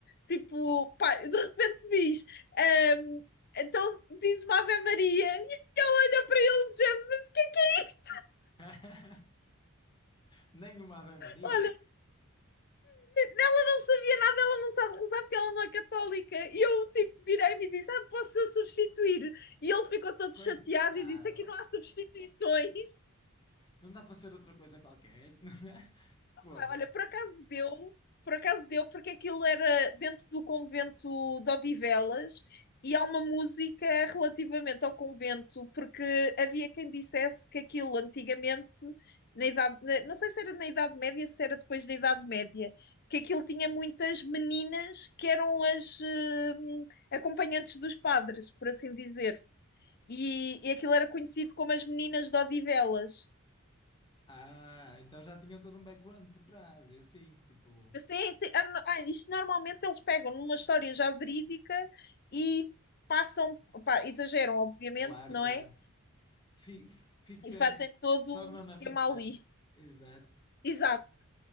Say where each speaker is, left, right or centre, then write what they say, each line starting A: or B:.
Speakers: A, on the left; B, on the left.
A: Tipo, pá, de repente diz. ehm, então diz uma Ave Maria e ele olha para ele dizendo mas o que é que é isso?
B: <laughs> Nem uma Ave Maria.
A: Olha, ela não sabia nada, ela não sabe rezar porque ela não é católica. E eu tipo virei-me e disse, ah, posso eu substituir? E ele ficou todo
B: Coitada.
A: chateado e disse, aqui não há substituições.
B: Não dá para ser outra coisa qualquer. <laughs>
A: Pá,
B: Porra.
A: Olha, por acaso deu, por acaso deu, porque aquilo era dentro do convento de Odivelas e há uma música relativamente ao convento, porque havia quem dissesse que aquilo antigamente, na idade, na- não sei se era na Idade Média, se era depois da Idade Média, que aquilo tinha muitas meninas que eram as hum, acompanhantes dos padres, por assim dizer. E, e aquilo era conhecido como as meninas de Odivelas.
B: Ah, então já tinha todo um background por trás. e assim tipo,
A: Sim, sim. Ah, no- ah, isto normalmente eles pegam numa história já verídica e passam, pá, exageram, obviamente,
B: claro,
A: não
B: claro.
A: é?
B: Fi- Ficção,
A: E fazem todo
B: torna-na
A: um esquema
B: ficção.
A: ali.
B: Exato.
A: Exato,